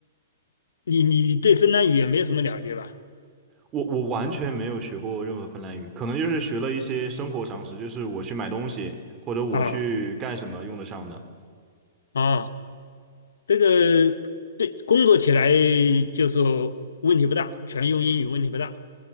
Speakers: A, on the left; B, on the right.
A: 你你你对芬兰语也没有什么了解吧？
B: 我我完全没有学过任何芬兰语，可能就是学了一些生活常识，就是我去买东西或者我去干什么用得上的。
A: 啊啊，这个对工作起来就说问题不大，全用英语问题不大，